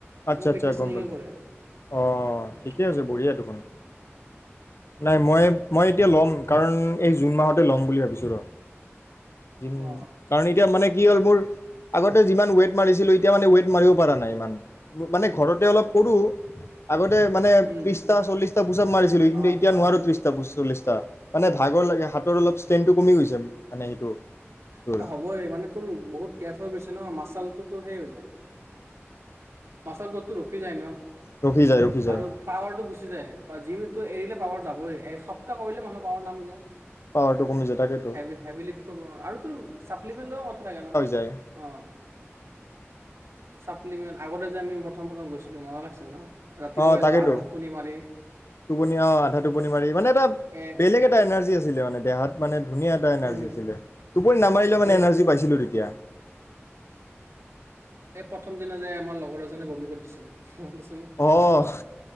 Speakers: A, on the left (about 65°); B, on the right (about 70°).
A: আচ্ছা
B: সিও ফিটনেছ
A: আচ্ছা
B: ট্ৰেইনিঙে
A: গম পালোঁ।
B: কৰে
A: অ',
B: কি-
A: ঠিকে
B: কি-
A: আছে, বঢ়িয়া দেখোন।
B: অ
A: নাই, মই-মই এতিয়া ল'ম। কাৰণ এই জুন মাহতে ল'ম বুলি ভাবিছোঁ ৰ। জিম,
B: অ
A: কাৰণ এতিয়া মানে কি হ'ল মোৰ, আগতে যিমান ৱেইট মাৰিছিলোঁ, এতিয়া মানে ৱেইট মাৰিব পৰা নাই ইমান। ম-মানে ঘৰতে অলপ কৰোঁ, আগতে মানে
B: উম
A: ত্ৰিশটা চল্লিশটা পোচাপ মাৰিছিলোঁ, কিন্তু
B: অ
A: এতিয়া নোৱাৰোঁ ত্ৰিশ পচল্লিছটা, মানে ভাগৰ লাগে। হাতৰ অলপ ষ্ট্ৰেনটো কমি গৈছে, মানে সেইটো তোৰ
B: এইটো হ'বই, মানে তোৰ বহুত গেপ হৈ গৈছে ন, মাচালটো তোৰ সেই হৈ যায় মাচাল গ্ৰথটো ৰখি যায় ন
A: ৰখি যায় ৰখি যায়
B: আৰু পাৱাৰটো গুচি যায়। জিমতো এৰিলে পাৱাৰ যাবই, এসপ্তাহ কৰিলে মানুহ পাৱাৰ নামি যায়।
A: পাৱাৰটো কমি যায়, তাকেইেতো।
B: হেভি হেভি লিফ্ট কৰিব নোৱাৰো আৰু তোৰ চাপ্লিমেণ্ট লৈ কথা থাকে ন?
A: যায়
B: অ'। চাপ্লিমেণ্ট, আগতে যে আমি প্ৰথম প্ৰথম গৈছিলোঁ মজা লাগিছিল ন? ৰাতিপুৱাই
A: অ' তাকেইেতো,
B: যাওঁ আধা টোপনি মাৰি
A: টোপনি অ' আধা টোপনি মাৰি, মানে এটা
B: এ
A: বেলেগ এটা এনাৰ্জি আ আছিলে মানে, দেহত মানে ধুনীয়া এটা এনাৰজি
B: উম
A: আছিলে, টোপনি নামাৰিলেও মানে
B: এ
A: এনাৰজি পাইছিলোঁ তেতিয়া।
B: এই প্ৰথম দিনা যে আমাৰ লগৰ এজনে বমি কৰি দিছিল। মনত আছে নে
A: অ',